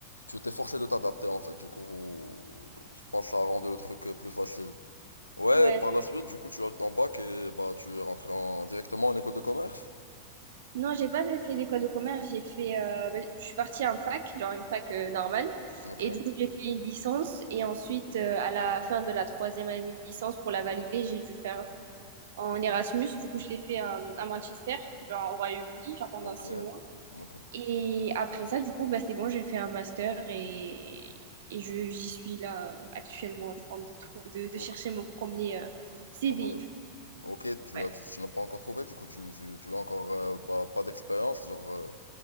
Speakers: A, on the left; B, on the right.
A: tu t'es forcé de t'adapter en fait. Du coup, vous- je pense que ça a rendu le truc euh, plus facile. Ouais,
B: Ouais,
A: par la suite, du coup, tu as eu ton bac et bah tu es rentré en- directement en école de commerce.
B: Non, j'ai pas fait d'école de commerce. J'ai fait, euh, bah, je suis partie en fac, genre une fac euh, normale.
A: Ok,
B: Et du coup, j'ai fait une licence. Et ensuite, euh, à la fin de la troisième année de licence, pour la valider, j'ai dû faire en Erasmus. Du coup, je l'ai fait euh, à Manchester, genre au Royaume-Uni, genre pendant
A: ok,
B: six mois.
A: ok,
B: Et après ça, du coup, bah, c'est bon, j'ai fait un master et, et je, j'y suis là euh, actuellement en train de, trou- de, de
A: ok.
B: chercher mon premier euh, CDI.
A: Ton premier-
B: du coup.
A: Ok, tu
B: Ouais.
A: as, tu, tu n'as pas encore trouvé, du coup, tu, tu, tu as encore euh, bah, pas d'expérience, genre, euh,